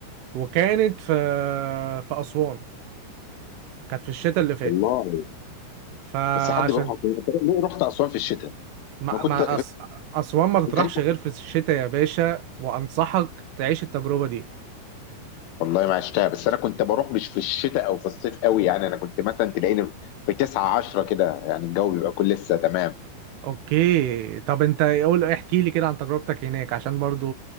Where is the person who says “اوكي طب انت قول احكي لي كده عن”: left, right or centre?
Right